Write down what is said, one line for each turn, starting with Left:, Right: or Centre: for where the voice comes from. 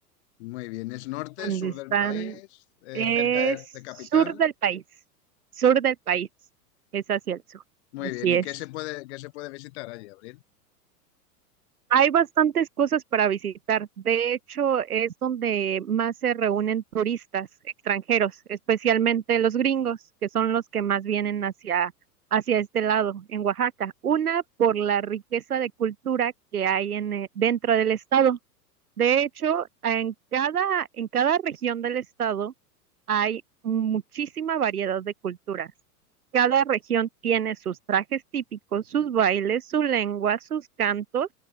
Left: Muy bien, es norte,
Right: donde
Left: sur
Right: están,
Left: del país, eh,
Right: es
Left: cerca de, de capital.
Right: sur del país, sur del país, es hacia el sur,
Left: Muy
Right: así
Left: bien, ¿y
Right: es.
Left: qué se puede, qué se puede visitar allí, Abril?
Right: Hay bastantes cosas para visitar, de hecho es donde más se reúnen turistas extranjeros, especialmente los gringos, que son los que más vienen hacia, hacia este lado, en Oaxaca. Una por la riqueza de cultura que hay en, eh, dentro del estado, De hecho, en cada, en cada región del estado hay muchísima variedad de culturas. Cada región tiene sus trajes típicos, sus bailes, su lengua, sus cantos.